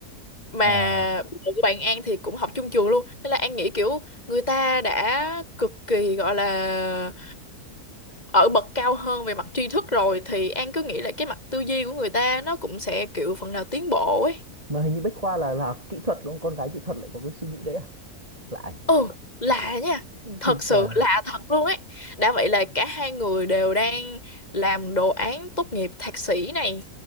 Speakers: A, on the left; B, on the right.
A: mà
B: à.
A: bộ của bạn An thì cũng học chung trường luôn nên là An nghĩ kiểu người ta đã cực kỳ gọi là ở bậc cao hơn về mặt tri thức rồi thì An cứ nghĩ là cái mặt tư duy của người ta nó cũng sẽ kiểu phần nào tiến bộ ấy
B: mà hình như Bách Khoa là là kỹ thuật đúng không con gái kỹ thuật lại có cái suy nghĩ đấy à lạ nhỉ
A: Ừ, lạ nha.
B: Ừ,
A: Thật
B: thực
A: sự
B: ra
A: lạ thật luôn ấy. Đã vậy là cả hai người đều đang làm đồ án tốt nghiệp thạc sĩ này.